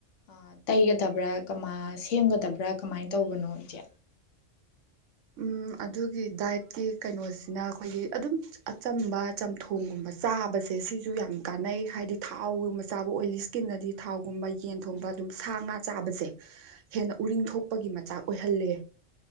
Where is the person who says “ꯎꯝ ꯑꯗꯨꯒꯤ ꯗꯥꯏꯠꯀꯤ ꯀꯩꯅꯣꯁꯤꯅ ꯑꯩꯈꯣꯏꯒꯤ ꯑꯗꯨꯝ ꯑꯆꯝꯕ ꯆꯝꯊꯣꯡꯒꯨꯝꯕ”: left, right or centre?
Right